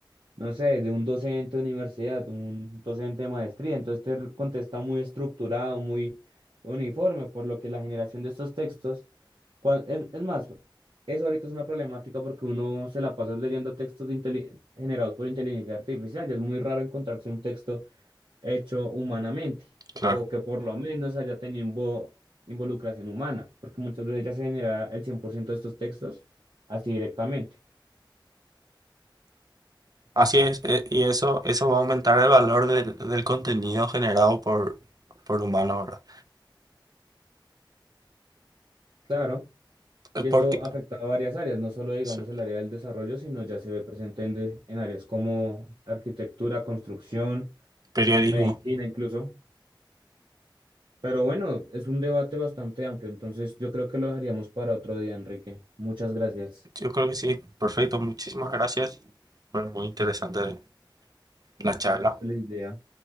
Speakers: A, on the right; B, on the right.
A: no sé, de un docente de universidad, un docente de maestría, entonces te r- contesta muy estructurado, muy uniforme, por lo que la generación de estos textos, cuan- es, es más, eso ahorita es una problemática porque uno se la pasa leyendo textos de inteli- generados por inteligencia artificial, y es muy raro encontrarse un texto hecho humanamente o
B: Claro.
A: que por lo menos haya tenido invo- involucración humana, porque muchas veces ya se genera el 100% de estos textos así directamente.
B: Así es, eh, y eso, eso va a aumentar el valor del, del contenido generado por, por humano, ahora
A: Claro,
B: Eh,
A: y
B: Porque,
A: esto afecta a varias áreas, no solo digamos
B: sí,
A: el área del desarrollo, sino ya se ve presente en, de- en áreas como arquitectura, construcción,
B: periodismo.
A: medicina incluso. Pero bueno, es un debate bastante amplio, entonces yo creo que lo dejaríamos para otro día, Enrique. Muchas gracias.
B: Yo creo que sí. Perfecto, muchísimas gracias. Fue muy interesante la charla.
A: Feliz día.